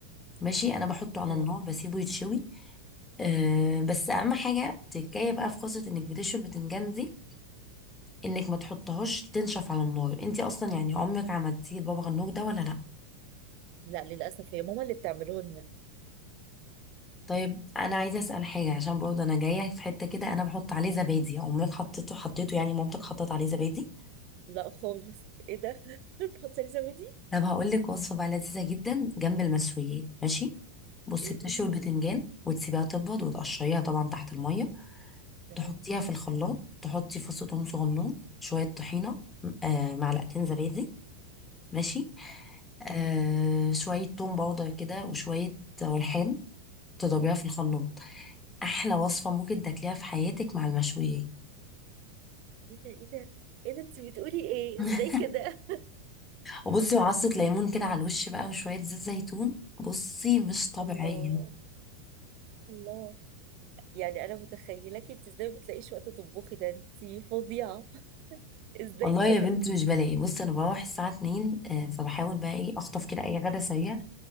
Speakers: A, on the left; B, on the right.
A: ماشي انا بحطه على
B: امم
A: النار بسيبه يتشوي أه بس اهم حاجه تكايه بقى في قصه انك بتشوي البتنجان دي انك ما تحطهاش تنشف على النار انت اصلا يعني عمرك عملتيه البابا غنوج ده ولا لا
B: لا للاسف هي ماما اللي بتعمله لنا
A: طيب انا عايزه اسال حاجه عشان برضه انا جايه في حته كده انا بحط عليه زبادي امك حطيته حطيته يعني مامتك حطت عليه زبادي
B: لا خالص ايه ده <laughs> بتحطي لي زبادي
A: طب هقول لك وصفه بقى لذيذه جدا جنب المشويات ماشي بصي
B: ايه
A: بتشوي
B: قولي
A: البتنجان
B: لي
A: وتسيبيها تبرد وتقشريها طبعا تحت الميه
B: تمام
A: تحطيها في الخلاط تحطي فص ثوم صغنون شويه طحينه آه معلقتين زبادي ماشي آه شويه توم باودر كده وشويه ريحان تضربيها في الخلاط احلى وصفه ممكن تاكليها في حياتك مع المشويات
B: ايه ده ايه ده ايه ده انت بتقولي ايه
A: <laughs>
B: ازاي كده
A: وبصي وعصة ليمون كده على الوش بقى وشوية زيت زيتون بصي مش
B: <laughs>
A: طبيعية
B: الله الله يعني انا متخيلك انت ازاي ما بتلاقيش وقت تطبخي ده انت فظيعه <laughs> ازاي
A: والله
B: كده
A: يا بنتي مش بلاقي بصي انا بروح الساعة 2 آه، فبحاول بقى ايه اخطف كده اي غدا سريع